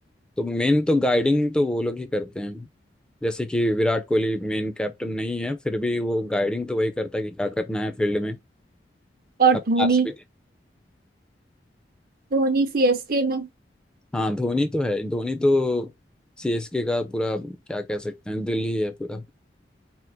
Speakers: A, in the centre; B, on the right.
A: तो मेन तो गाइडिंग तो वो लोग ही करते हैं जैसे कि विराट कोहली मेन कैप्टन नहीं है फिर भी वो गाइडिंग तो वही करता है कि क्या करना है फील्ड में
B: और
A: अपना
B: धोनी
A: आरसीबी
B: धोनी सीएसके में
A: हाँ धोनी तो है धोनी तो सीएसके का पूरा क्या कह सकते हैं दिल ही है पूरा